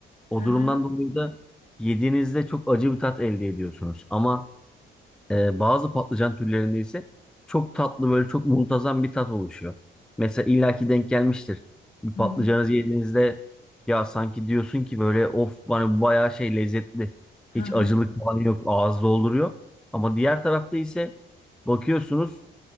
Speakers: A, on the left; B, in the centre.
A: hı
B: O durumdan
A: hı
B: dolayı da yediğinizde çok acı bir tat elde ediyorsunuz. Ama ee, bazı patlıcan türlerinde ise çok tatlı böyle çok muntazam bir tat oluşuyor. Mesela illaki denk gelmiştir. Bir
A: hı
B: patlıcanı yediğinizde ya sanki diyorsun ki böyle of bana bu bayağı şey lezzetli.
A: hı
B: Hiç
A: hı
B: acılık
A: hı.
B: falan yok ağız dolduruyor. Ama diğer tarafta ise bakıyorsunuz